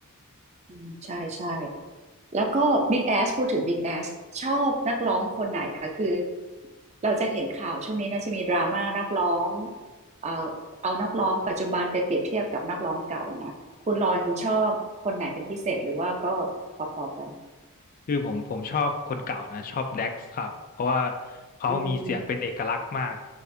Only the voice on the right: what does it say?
อืมใช่ใช่แล้วก็ Big Ass พูดถึง Big Ass ชอบนักร้องคนไหนคะคือเราจะเห็นข่าวช่วงนี้น่าจะมีดราม่านักร้องเอ่อเอานักร้องปัจจุบันไปเปรียบเทียบกับนักร้องเก่าเนี่ยคุณรอนชอบคนไหนเป็นพิเศษหรือว่าก็พอๆกัน
อืม